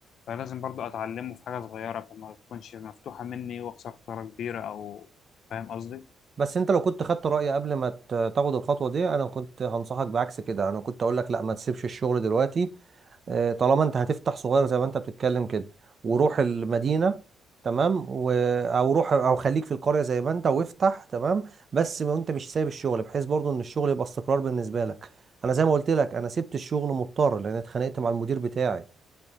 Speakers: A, on the left; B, on the right.
A: فلازم برضو اتعلمه في حاجه صغيره فما تكونش مفتوحه مني واخسر خساره كبيره او فاهم قصدي
B: بس انت لو كنت خدت رأيي قبل ما ت- تاخد الخطوة دي انا كنت هنصحك بعكس كده انا كنت اقول لك لا ما تسيبش الشغل دلوقتي آه، طالما انت هتفتح صغير زي ما انت بتتكلم كده وروح المدينة تمام و... او روح او خليك في القرية زي ما انت وافتح تمام بس ما انت مش سايب الشغل بحيث برضو ان الشغل يبقى استقرار بالنسبة لك انا زي ما قلت لك انا سبت الشغل مضطر لان اتخانقت مع المدير بتاعي